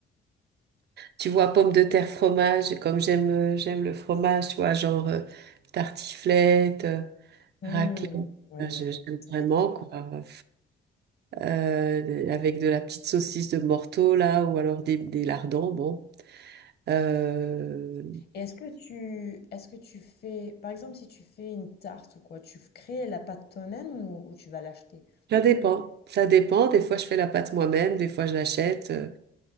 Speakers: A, on the right; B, on the left.
A: tu vois, pommes de terre, fromage, comme j'aime, euh, j'aime le fromage, tu vois, genre euh, tartiflette, euh,
B: Mmh,
A: raclette.
B: oui,
A: euh, Je-
B: oui, oui,
A: J'aime
B: c'est
A: vraiment,
B: délicieux.
A: quoi. euh, avec de la petite saucisse de Morteau là, ou alors des, des lardons. Bon, Euh,
B: Et est-ce que tu, est-ce que tu fais, par exemple, si tu fais une tarte ou quoi, tu f- crées la pâte toi-même ou, ou tu vas l'acheter?
A: ça dépend. Ça dépend. Des fois, je fais la pâte moi-même. Des fois, je l'achète. Euh,